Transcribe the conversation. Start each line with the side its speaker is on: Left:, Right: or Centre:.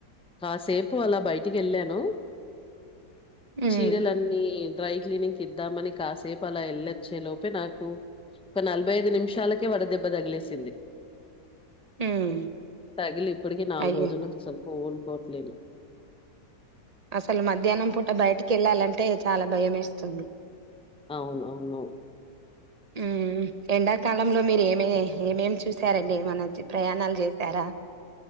Centre: కాసేపు అలా బయటికి వెళ్ళాను.
Right: మ్మ్
Centre: చీరలన్నీ డ్రై క్లీనిక్ ఇద్దామని కాసేపు అలా వెళ్ళొచ్చే లోపే నాకు ఒక నలభై ఐదు నిమిషాలకే వడదెబ్బ తగిలేసింది.
Right: మ్మ్
Centre: తగిలి ఇప్పటికీ నాలుగు
Right: అయ్యో
Centre: రోజులను చసలుపు ఓలుకోట్లేను
Right: అసలు మధ్యాహ్నం పూట బయటికి వెళ్ళాలంటే చాలా భయం వేస్తుంది.
Centre: అవునవును
Right: ఉమ్ ఎండాకాలంలో మీరు ఏమి ఏమేం చూసారండి ఏమన్న చెప్ ప్రయాణాలు చేసారా